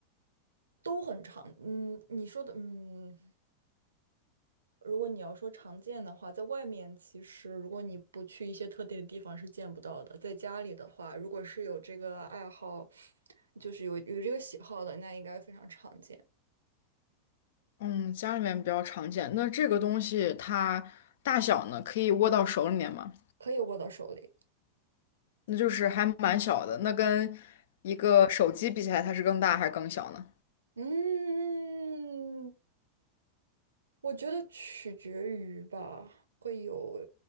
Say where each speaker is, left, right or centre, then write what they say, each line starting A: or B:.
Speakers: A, on the right; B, on the left.
A: 都很长。嗯，你说的，嗯。如果你要说常见的话，在外面其实如果你不去一些特定的地方是见不到的。在家里的话，如果是有这个爱好，就是有有这个喜好的，那应该非常常见，
B: 嗯，家里面比较常见。那这个东西它大小呢，可以握到手里面吗？
A: 可以握到手里。
B: 那就是还蛮小的。那跟一个手机比起来，它是更大还是更小呢？
A: 嗯，我觉得取决于吧，会有，